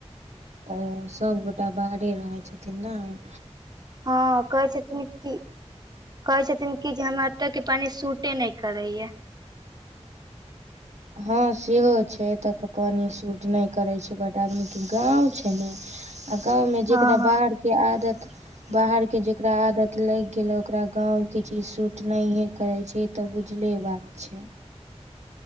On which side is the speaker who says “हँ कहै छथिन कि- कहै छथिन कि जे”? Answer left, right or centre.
Right